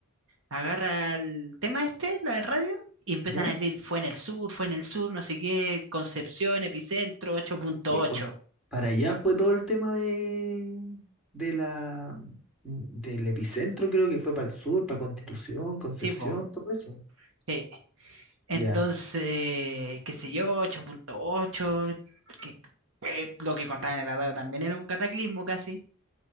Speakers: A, on the right; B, in the centre.
A: agarra el tema este, la de radio, y empiezan
B: ya,
A: a decir, fue en el sur, fue en el sur, no sé qué, Concepción, epicentro, 8.8.
B: sí, porque para allá fue todo el tema de, de la, mm, del epicentro, creo que fue para el sur, para Constitución, Concepción,
A: Sí, po.
B: todo eso.
A: Sí. Entonces,
B: Ya,
A: qué sé yo, 8.8, que, eh, lo que contaban en la radio también era un cataclismo casi.